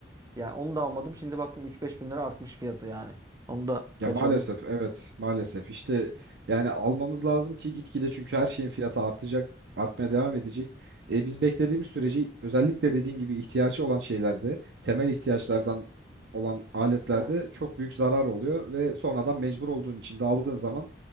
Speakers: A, on the right; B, on the right.
A: Yani onu da almadım. Şimdi baktım üç beş bin lira artmış fiyatı yani. Onu da
B: Ya
A: kaçırdım.
B: maalesef evet maalesef işte yani almamız lazım ki gitgide çünkü her şeyin fiyatı artacak artmaya
A: Hı hı.
B: devam edecek. E, biz beklediğimiz sürece özellikle dediğin gibi ihtiyacı olan şeylerde temel
A: hı hı.
B: ihtiyaçlardan olan aletlerde
A: Evet.
B: çok büyük zarar oluyor ve sonradan mecbur olduğun için de aldığın zaman